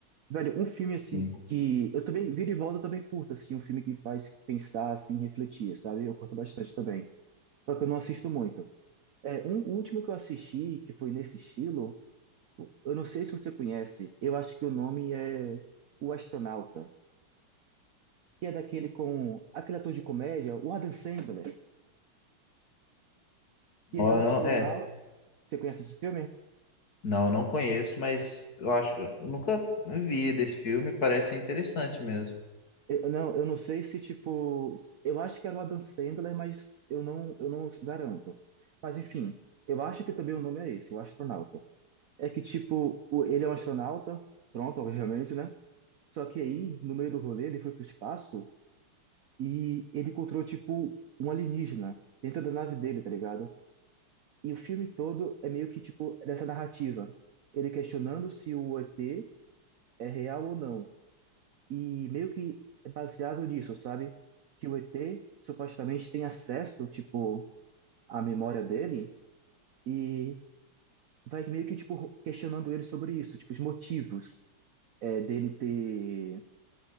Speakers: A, on the right; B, on the left.
A: Velho, um filme, assim,
B: sim.
A: que eu também, vira e volta, eu também curto, assim, um filme que faz pensar, assim, refletir, sabe? Eu curto bastante também. Só que eu não assisto muito. É, um o último que eu assisti, que foi nesse estilo, eu não sei se você conhece, eu acho que o nome é O Astronauta, que é daquele com aquele ator de comédia, o Adam Sandler,
B: Não,
A: que ele é um astronauta.
B: não, é,
A: Você conhece esse filme?
B: não, não conheço, mas eu acho, eu nunca vi desse filme, parece ser interessante mesmo.
A: Eu, não, eu não sei se tipo, eu acho que era o Adam Sandler, mas eu não, eu não garanto. Mas enfim, eu acho que também o nome é esse, O Astronauta. É que tipo, o- ele é um astronauta, pronto, obviamente, né? Só que aí, no meio do rolê, ele foi pro espaço e ele encontrou, tipo, um alienígena dentro da nave dele, tá ligado? E o filme todo é meio que, tipo, dessa narrativa. Ele questionando se o ET é real ou não. E meio que é baseado nisso, sabe? Que o ET supostamente tem acesso, tipo, à memória dele e vai meio que, tipo, questionando ele sobre isso, tipo, os motivos é, dele ter,